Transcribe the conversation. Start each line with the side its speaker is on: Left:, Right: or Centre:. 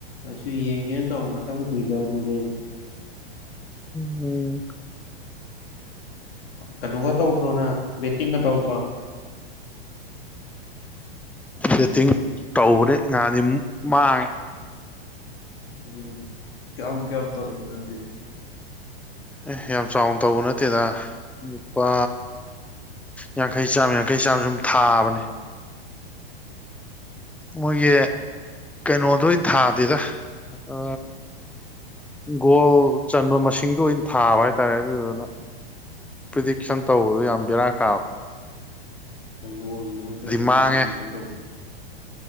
Left: ꯑꯩꯁꯨ ꯌꯦꯡꯒꯦꯅ ꯇꯧꯔ ꯉꯥꯛꯇꯪ ꯎꯏꯗꯔꯨꯔꯦ
Centre: ꯎꯝ ꯍꯨꯡ
Left: ꯀꯩꯅꯣꯒ ꯇꯧꯗ꯭ꯔꯣ ꯅꯪ ꯕꯦꯠꯇꯤꯡꯒ ꯇꯧꯗ꯭ꯔꯣ
Centre: ꯕꯦꯠꯇꯤꯡ ꯇꯧꯕꯅꯦ ꯅꯍꯥꯟꯗꯤ ꯃꯥꯡꯉꯦ
Left: ꯎꯝ ꯀ꯭ꯌꯥꯝ ꯀ꯭ꯌꯥꯝ ꯇꯧꯔꯤꯕ ꯅꯪꯗꯤ
Centre: ꯑꯦ ꯌꯥꯝ ꯆꯥꯎꯅ ꯇꯧꯕ ꯅꯠꯇꯦꯗ ꯂꯨꯄꯥ ꯌꯥꯡꯈꯩ ꯆꯥꯝꯃ ꯌꯥꯡꯈꯩ ꯆꯥꯝꯃ ꯁꯨꯝ ꯊꯥꯕꯅꯦ ꯃꯣꯏꯒꯤ ꯀꯩꯅꯣꯗ ꯑꯣꯏꯅ ꯊꯥꯗꯦꯗ ꯑ ꯒꯣꯜ ꯆꯟꯕ ꯃꯁꯤꯡꯗꯣ ꯑꯣꯏꯅ ꯊꯥꯕ ꯍꯥꯏꯇꯥꯔꯦ ꯑꯗꯨꯗꯨꯅ ꯄ꯭ꯔꯤꯗꯤꯛꯁꯟ ꯇꯧꯕꯗꯣ ꯌꯥꯝ ꯕꯦꯔꯥ ꯀꯥ
Left: ꯒꯣꯜꯒꯨꯝꯕ ꯀꯩꯒꯨꯝꯕ
Centre: ꯃꯥꯡꯉꯦ
Left: ꯄ꯭ꯔꯤꯗꯤꯛꯁꯟ ꯇꯧ